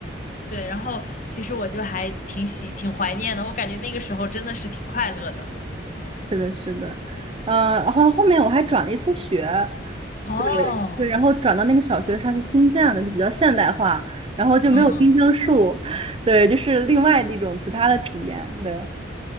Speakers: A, on the left (about 45°); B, on the right (about 30°).
A: 对，然后其实我就还挺喜挺怀念的，我感觉那个时候真的是挺快乐的。
B: 是的，是的，嗯、然后后面我还转了一次学，
A: 哦，
B: 对对，然后转到那个小学它是新建的，就比较现代化，然后就没有丁香树，
A: 嗯，
B: <laughs> 对，就是另外的一种其他的体验，对。